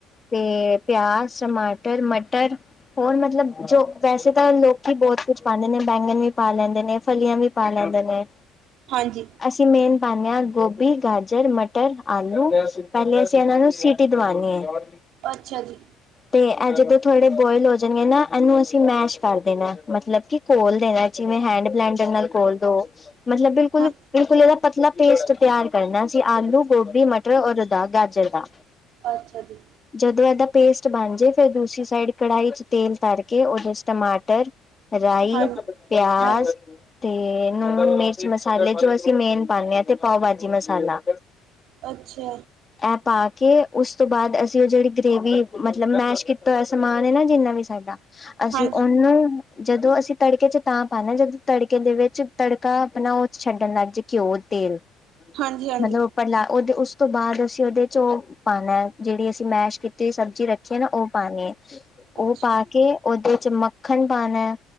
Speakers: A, on the left; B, on the right.
A: ਤੇ ਪਿਆਜ ਟਮਾਟਰ ਮਟਰ ਹੋਰ ਮਤਲਬ ਜੋ ਵੈਸੇ। ਤਾਂ ਲੋਕੀ ਬਹੁਤ ਕੁਝ ਪਾਉਂਦੇ ਨੇ ਬੈਂਗਣ ਵੀ ਪਾ ਲੈਂਦੇ ਨੇ ਫਲੀਆਂ ਵੀ ਪਾ ਲੈਂਦੇ ਨੇ।
B: ਹਾਂਜੀ।
A: ਅਸੀਂ ਮੇਨ ਪਾਦੇ ਹਾਂ ਗੋਭੀ ਗਾਜਰ ਮਟਰ ਆਲੂ ਪਹਿਲੇ ਅਸੀਂ ਇਹਨਾਂ ਨੂੰ ਸੀ। ਟੀ ਦਵਾਨੇ ਹੈ।
B: ਅੱਛਾ ਜੀ
A: ਤੇ ਅ ਜਦੋਂ ਥੋੜੇ ਬੋਇਲ ਹੋ ਜਾਣਗੇ ਨਾ ਇਹਨੂੰ ਅਸੀਂ ਮੈਸ਼। ਕਰ ਦੇਣਾ ਮਤਲਬ ਕਿ ਘੋਲ ਦੇਣਾ ਜਿਵੇਂ ਹੈਂਡ ਬਲੈਂਡਰ ਨਾਲ ਘੋਲ ਦੋ ਮਤਲਬ ਬਿਲਕੁਲ।
B: ਹਾਂ
A: ਬਿਲਕੁਲ ਇਹਦਾ ਪਤਲਾ ਪੇਸਟ ਤਿਆਰ ਕਰਨਾ ਅਸੀ ਆਲੂ ਗੋਭੀ ਮਟਰ ਔਰ ਉਹਦਾ ਗਾਜਰ ਦਾ।
B: ਅੱਛਾ ਜੀ।
A: ਜਦੋਂ ਇਹਦਾ ਪੇਸਟ ਬਣ ਜੇ ਫਿਰ ਦੂਸਰੀ ਸਾਈਡ ਕੜਾਹੀ ਚ ਤੇਲ ਧਰ ਕੇ ਉਦੋਂ। ਟਮਾਟਰ ਰਾਈ
B: ਹਾਂ
A: ਪਿਆਜ਼।
B: ਹਾਂ
A: ਤੇ ਨੂੰਣ ਮਿਰਚ ਮਸਾਲੇ ਜੋ ਅਸੀਂ ਮੇਨ ਪਾਂਦੇ ਹਾਂ ਤੇ ਪਾਓ ਭਾਜੀ ਮਸਾਲਾ।
B: ਅੱਛਾ।
A: ਇਹ ਪਾ ਕੇ ਉਸ ਤੋਂ ਬਾਅਦ ਅਸੀਂ ਉਹ ਜਿਹੜੀ ਗ੍ਰੇਵੀ ਮਤਲਬ ਮੈਸ਼ ਕੀਤਾ ਹੋਇਆ ਸਮਾਨ ਐ ਨਾ ਜਿੰਨਾ ਵੀ ਸਾਡਾ। ਅਸੀਂ।
B: ਹਾਂਜੀ
A: ਨੂੰ ਜਦੋਂ ਅਸੀਂ ਤੜਕੇ ਚ ਤਾਂ ਪਾਣਾ ਜਦੋਂ ਤੜਕੇ ਦੇ ਵਿੱਚ ਤੜਕਾ ਆਪਣਾ ਓਹ। ਛੱਡਣ ਲੱਗ ਜੇ ਘਿਓ ਤੇਲ
B: ਹਾਂਜੀ ਹਾਂਜੀ
A: ਮਤਲਬ ਪਹਿਲਾ ਉਹ ਉਸ ਤੋਂ ਬਾਅਦ ਅਸੀਂ ਉਹਦੇ ਚੋ। ਪਾਣਾ ਜਿਹੜੀ ਅਸੀਂ ਮੈਸ਼ ਕੀਤੀ ਸਬਜ਼ੀ ਰੱਖੀ ਹੈ ਨਾ ਉਹ ਪਾਣੀ ਐ।
B: ਅੱਛਾ
A: ਉਹ ਪਾ ਕੇ ਉਹਦੇ। ਚ ਮੱਖਣ ਪਾਣਾ